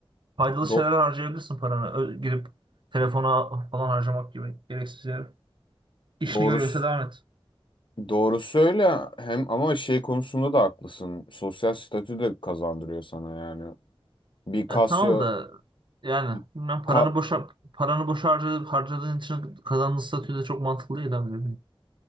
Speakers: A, on the right (about 55°); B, on the left (about 60°).
A: Faydalı
B: Do
A: şeyler harcayabilirsin paranı. Ö- girip telefona falan harcamak gibi gereksiz yere. İşini
B: doğrusu
A: görüyorsa devam et.
B: Doğrusu öyle hem ama şey konusunda da haklısın. Sosyal statü de kazandırıyor sana yani. Bir Casio
A: Ya tamam da yani
B: bir
A: bilmem paranı
B: ka-
A: boşa paranı boşa harcadı, harcadığın için kazandığın statü de çok mantıklı değil abi. ne bileyim.